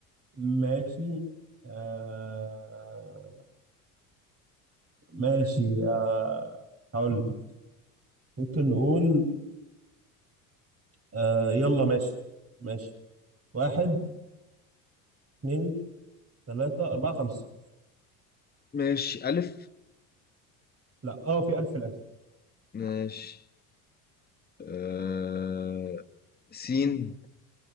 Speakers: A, on the right (about 30°); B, on the left (about 20°).
A: ماشي آه ماشي آه هقول لك ممكن نقول آه يلا ماشي ماشي واحد اثنين ثلاثة أربعة خمسة
B: ماشي الف
A: لا اه في ألف في الآخر
B: ماشي آه... سين